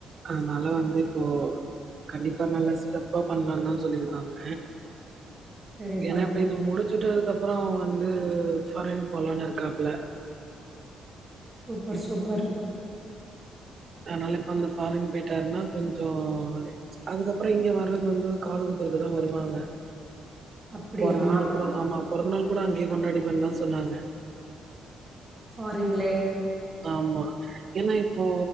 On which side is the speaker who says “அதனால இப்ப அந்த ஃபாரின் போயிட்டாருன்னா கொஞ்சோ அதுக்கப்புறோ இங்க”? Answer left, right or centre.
Right